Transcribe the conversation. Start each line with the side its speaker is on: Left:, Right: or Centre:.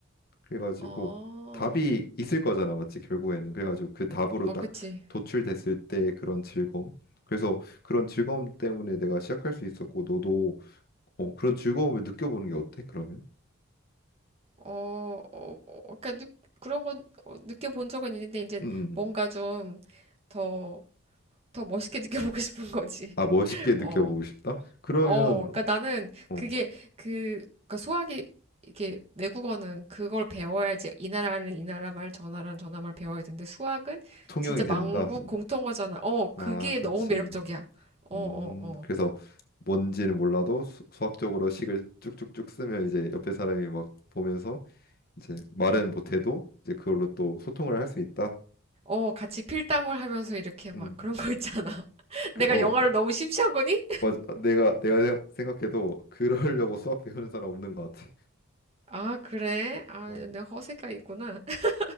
Left: 그래가지고
Right: 어.
Left: 답이 있을 거잖아, 맞지? 결국에는. 그래가지고 그 답으로
Right: 어,
Left: 딱
Right: 그치.
Left: 도출됐을 때 그런 즐거움. 그래서 그런 즐거움 때문에 내가 시작할 수 있었고 너도 어, 그런 즐거움을 느껴보는 게 어때? 그러면?
Right: 어, 어, 어, 그러니까 느, 그런 건 어, 느껴본 적은 있는데 이제
Left: 음. 음, 음.
Right: 뭔가 좀 더, 더 멋있게 느껴보고 <laughs> 싶은 거지.
Left: 아, 멋있게 느껴보고
Right: 어,
Left: 싶다? 그러면,
Right: 어, 그러니까 나는
Left: 어,
Right: 그게 그, 그러니까 수학이 이게 외국어는 그걸 배워야지 이 나라는 이 나라 말, 저 나라는 저 나라 말 배워야 되는데 수학은
Left: 통영이
Right: 진짜 만국
Left: 된다.
Right: 공통어잖아. 어,
Left: 아,
Right: 그게
Left: 그렇지.
Right: 너무 매력적이야. 어,
Left: 음,
Right: 어, 어.
Left: 그래서 뭔지는 몰라도 수, 수학적으로 식을 쭉쭉쭉 쓰면 이제 옆에 사람이 막 보면서 이제 말은 못해도 이제 그걸로 또 소통을 할 수 있다.
Right: 어, 같이 필담을 하면서 이렇게 막
Left: 음,
Right: 그런 거 있잖아. <laughs>
Left: 그,
Right: 내가
Left: 어,
Right: 영화를 너무 심취한 거니?
Left: 맞아. 내가, 내가 생- 생각해도 그러려고 수학 배우는 사람 없는 것 같아.
Right: 아, 그래? 아,
Left: 어,
Right: 내 허세가 있구나. <laughs>